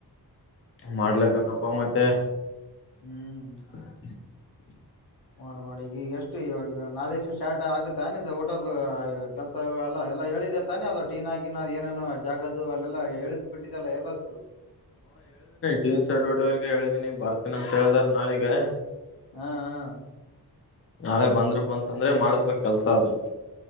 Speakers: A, on the left; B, on the left.
A: ಮಾಡ್ಲಬೇಕಪ್ಪ ಮತ್ತೆ.
B: ಹ್ಮ್.
A: <unintelligible> <inaudible>
B: ಮಾಡು ಮಾಡು ಈಗ ಎಷ್ಟು ಈಗ ನಾಳೆನ್ ಸ್ಟಾರ್ಟ್ ಆಗುತ್ತೆ ನಿಂದ ಹೋಟೆಲ್ದು ಕೆಲ್ಸ ಎಲ್ಲ ಎಲ್ಲ. ಹೇಳಿದೆ ತಾನೆ ಅದು ಟೀನ ಗಿನ ಅದ್ ಏನೇನು ಜಾಗದ್ ಅದು ಅಲ್ಲೆಲ್ಲ ಹೇಳಿದ್ ಬಿಟ್ಟಿದ್ದಲ್ಲ ಎಲ್ಲೋತು.
A: ದೀನ್ ಸೆಡ್ ಹೊಡಿಯೋರ್ಗು ಹೇಳ್ದೀನಿ ಬರ್ತೀನಿ ಅಂತ ಹೇಳಿದ್ರ ನಾಳಿಗೆ.
B: ಹಾ ಹಾ.
A: ನಾಳೆ ಬಂದ್ರಪ್ಪ ಅಂತಂದ್ರೆ ಮಾಡಸ್ಬೇಕ್ ಕೆಲ್ಸ ಅದು.